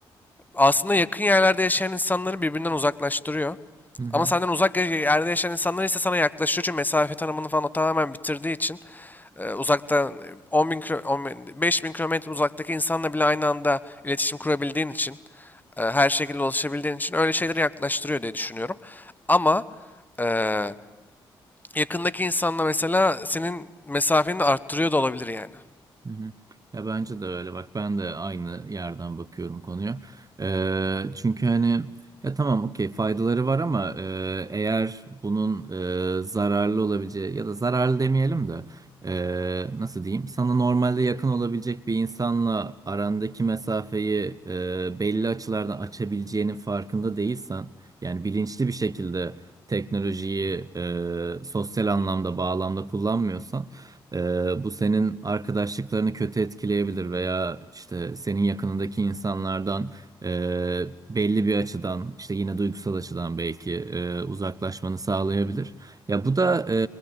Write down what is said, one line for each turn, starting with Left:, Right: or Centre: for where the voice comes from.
Left: Aslında yakın yerlerde yaşayan insanları birbirinden uzaklaştırıyor.
Right: Hı hı.
Left: Ama senden uzak ye- yerde yaşayan insanlar ise sana yaklaşıyor çünkü mesafe tanımını falan o tamamen bitirdiği için e, uzaktan 10 bin, 5 bin beş bin kilometre uzaktaki insanla bile aynı anda iletişim kurabildiğin için, e, her şekilde ulaşabildiğin için öyle şeyleri yaklaştırıyor diye düşünüyorum. Ama e, yakındaki insanla mesela senin mesafeni arttırıyor da olabilir yani.
Right: Hı hı. Ya bence de öyle bak ben de aynı yerden bakıyorum konuya. Ee, çünkü hani ya tamam okey faydaları var ama e, eğer bunun e, zararlı olabileceği ya da zararlı demeyelim de e, nasıl diyeyim sana normalde yakın olabilecek bir insanla arandaki mesafeyi e, belli açılardan açabileceğinin farkında değilsen yani bilinçli bir şekilde teknolojiyi e, sosyal anlamda bağlamda kullanmıyorsan ee, bu senin arkadaşlıklarını kötü etkileyebilir veya işte senin yakınındaki insanlardan e, belli bir açıdan işte yine duygusal açıdan belki e, uzaklaşmanı sağlayabilir. Ya bu da